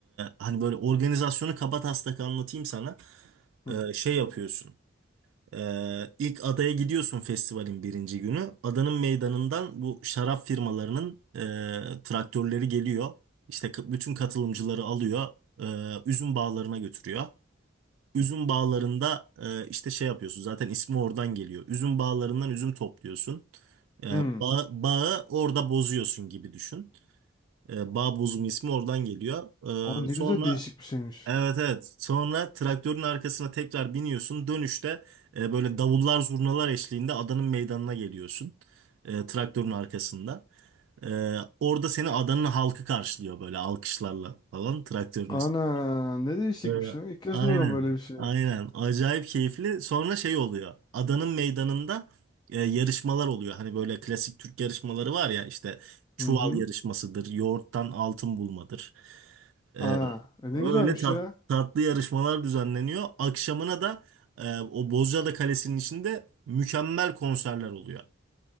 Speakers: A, on the right; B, on the left.
A: hani böyle organizasyonu kabataslak anlatayım sana.
B: Hı.
A: E, şey yapıyorsun. Ee, ilk adaya gidiyorsun festivalin birinci günü. Adanın meydanından bu şarap firmalarının e, traktörleri geliyor. İşte k- bütün katılımcıları alıyor. e, üzüm bağlarına götürüyor. Üzüm bağlarında e, işte şey yapıyorsun. Zaten ismi oradan geliyor. Üzüm bağlarından üzüm topluyorsun. E,
B: Hmm.
A: bağ- bağı orada bozuyorsun gibi düşün. E, bağ bozumu ismi oradan geliyor.
B: Aa ne
A: E, sonra
B: güzel değişik bir şeymiş.
A: Evet evet. Sonra traktörün arkasına tekrar biniyorsun. Dönüşte e, böyle davullar zurnalar eşliğinde adanın meydanına geliyorsun. E, traktörün arkasında. E, orada seni adanın halkı karşılıyor böyle alkışlarla falan traktörün
B: Ana
A: üstü.
B: ne değişikmiş
A: E,
B: ya. İlk kez
A: aynen.
B: duyuyorum böyle bir şey.
A: Aynen. Acayip keyifli. Sonra şey oluyor. Adanın meydanında e, yarışmalar oluyor. Hani böyle klasik Türk yarışmaları var ya işte çuval
B: Hı hı.
A: yarışmasıdır, yoğurttan altın bulmadır. Ee,
B: Aa e ne
A: öyle
B: güzelmiş
A: tat-
B: ya.
A: tatlı yarışmalar düzenleniyor. Akşamına da e, o Bozcaada Kalesi'nin içinde mükemmel konserler oluyor.